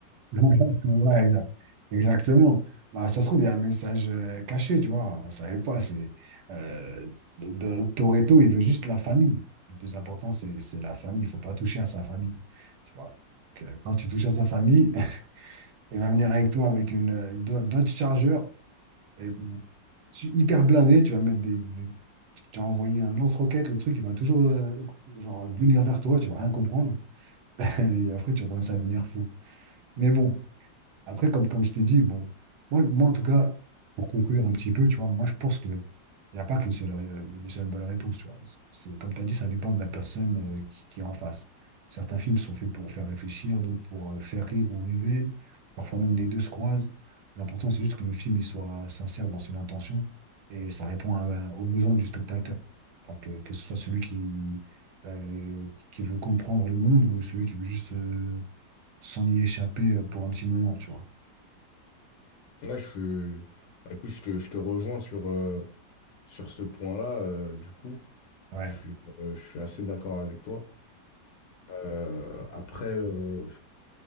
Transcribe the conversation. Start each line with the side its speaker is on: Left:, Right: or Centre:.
Right: <laughs> Ouais, exact. Exactement. Bah, ça se trouve, il y a un message euh, caché, tu vois. On ne savait pas. C'est, euh, de, de- Toretto, il veut juste la famille. Le plus important, c'est c'est la famille. Il ne faut pas toucher à sa famille. Tu vois. Donc, euh, quand tu touches à sa famille, <laughs> il va venir avec toi avec une, euh, Do- Dodge Charger et, bon, tu- hyper blindé. Tu vas mettre des, des- tu vas envoyer un lance-roquette. Le truc, il va toujours euh, genre, venir vers toi. Tu vas rien comprendre. <laughs> Et après, tu vas commencer à devenir fou. Mais bon. Après, comme, comme je t'ai dit, bon, moi, moi, en tout cas, pour conclure un petit peu, tu vois, moi, je pense que il n'y a pas qu'une seule, euh, une seule bonne réponse, tu vois. C'est- comme tu as dit, ça dépend de la personne euh, qui, qui est en face. Certains films sont faits pour faire réfléchir, d'autres pour euh, faire rire ou rêver. Parfois même les deux se croisent. L'important, c'est juste que le film il soit sincère dans son intention et ça répond à- aux besoins du spectateur. Donc, euh, que ce soit celui qui, euh, qui veut comprendre le monde ou celui qui veut juste euh, s'en y échapper euh, pour un petit moment, tu vois.
Left: Ouais, je suis. bah, écoute, je te, je te rejoins sur, euh, sur ce point-là. euh, du coup,
Right: Ouais.
Left: je suis, euh, je suis assez d'accord avec toi. Euh, après, euh,